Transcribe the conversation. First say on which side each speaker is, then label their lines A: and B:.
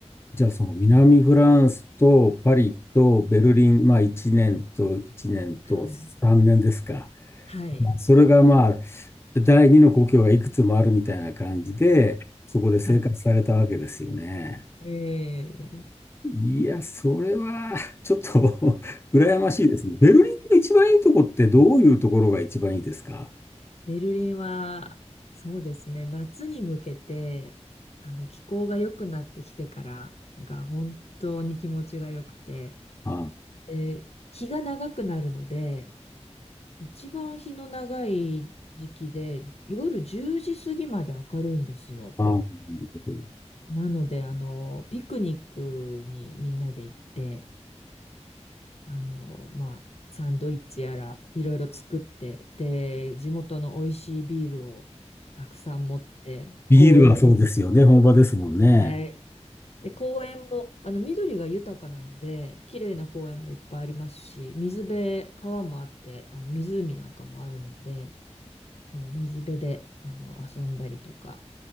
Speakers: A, on the left; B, on the left.
A: じゃあ、その南フランスとパリとベルリン、まあ1年と1年と3年ですか。
B: はい。はい。
A: まあそれがまあ、第二の故郷がいくつもあるみたいな感じで、そこで生活されたわけですよね。
B: まあええ
A: いや、それはちょっと <laughs> 羨ましいですね。ベルリンの一番いいとこってどういうところが一番いいですか
B: ベルリンは、そうですね、夏に向けて、あの、気候が良くなってきてからが本当に気持ちが良くて、
A: ああ、
B: で日が長くなるので、一番日の長い時期で、夜10時過ぎまで明るいんですよ。
A: ああなるほど
B: なので、あの、ピクニックにみんなで行って、あの、まあ、サンドイッチやらいろいろ作って、で、地元の美味しいビールをたくさん持って、
A: ビールはそうですよね。
B: 公園に、
A: 本場ですもんね。
B: はい。で、公園も、あの、緑が豊かなので、綺麗な公園もいっぱいありますし、水辺、川もあって、あの、湖なんかもあるので、そう、水辺で、あの、遊んだりとか、